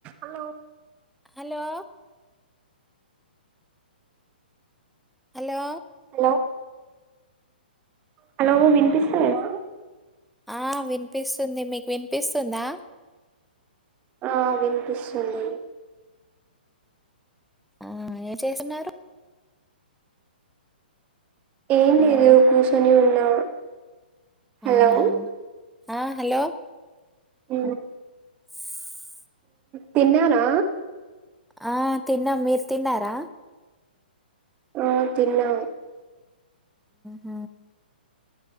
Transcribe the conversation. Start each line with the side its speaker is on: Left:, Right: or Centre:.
Right: Hello
Centre: hello hello
Right: hello hello వినిపిస్త లేదా
Centre: ఆ వినిపిస్తుంది మీకు వినిపిస్తుందా
Right: ఆ వినిపిస్తుంది
Centre: ఆ ఏం చేస్తున్నారు
Right: ఏం
Centre: హలో
Right: లేదు కూర్చొని ఉన్నా
Centre: అవునా
Right: హలో
Centre: ఆ హలో
Right: ఉ
Centre: <inaudible>
Right: తిన్నారా
Centre: ఆ తిన్నాం మీరు తిన్నారా
Right: ఆ తిన్నాం
Centre: ఆ